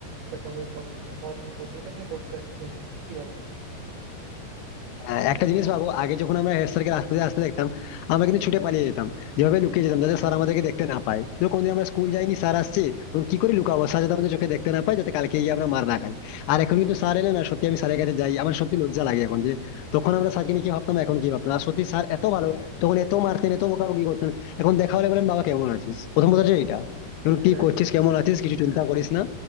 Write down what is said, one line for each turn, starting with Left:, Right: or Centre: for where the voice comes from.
Right: সেভাবে চল মানে পড়াশোনা করি এই জন্যই করছে আর কি কি বলে
Left: হ্যাঁ, একটা জিনিস ভাবো আগে যখন আমরা হেড স্যারকে রাস্তা দিয়ে আসতে দেখতাম আমরা কিন্তু ছুটে পালিয়ে যেতাম যেভাবে লুকিয়ে যেতাম যাতে স্যার আমাদেরকে দেখতে না পায় ধরো কোনদিন আমরা স্কুল যাইনি স্যার আসছে তখন কি করে লুকাবো স্যার যাতে আমাদের চোখে দেখতে না পায় যাতে কালকে গিয়ে আমরা মার না খাই আর এখন কিন্তু স্যার এলে না সত্যি আমি স্যারের কাছে যাই আমার সত্যি লজ্জা লাগে এখন যে তখন আমরা স্যারকে নিয়ে কি ভাবতাম এখন কি ভাবতাম আর সত্যি স্যার এত ভালো তখন এত মারতেন এত বকাবকি করতেন এখন দেখা হলে বলেন বাবা কেমন আছিস প্রথম কথা হচ্ছে এইটা এখন
Right: সেটাই
Left: কি করছিস কেমন আছিস কিছু চিন্তা করিস না